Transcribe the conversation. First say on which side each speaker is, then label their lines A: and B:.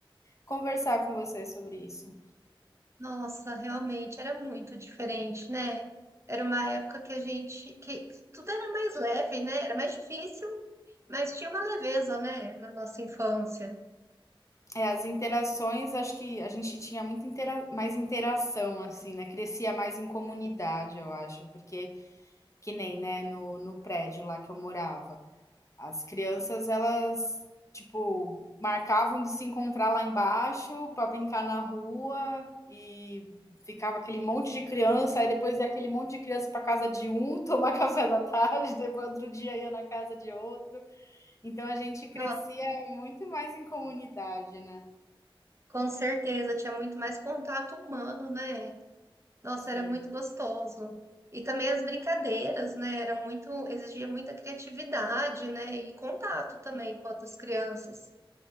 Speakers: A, on the left; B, on the right.
A: conversar com você sobre isso.
B: nossa, realmente era muito diferente, né? Era uma época que a gente, que tudo era mais leve, né? Era mais difícil, mas tinha uma leveza, né? Na nossa infância.
A: É, as interações, acho que a gente tinha muito intera mais interação, assim, né? Crescia mais em comunidade, eu acho, porque. Que nem, né, no, no prédio lá que eu morava. As crianças, elas, tipo, marcavam de se encontrar lá embaixo para brincar na rua e ficava aquele monte de criança, aí depois ia aquele monte de criança para casa de um <laughs> tomar café da tarde, depois outro dia ia na casa de outro. Então a gente crescia
B: Nossa,
A: muito mais em comunidade, né?
B: com certeza, tinha muito mais contato humano, né? Nossa,
A: Sim,
B: era muito gostoso. E também as brincadeiras, né? Eram muito, exigia muita criatividade, né? E contato também com outras crianças,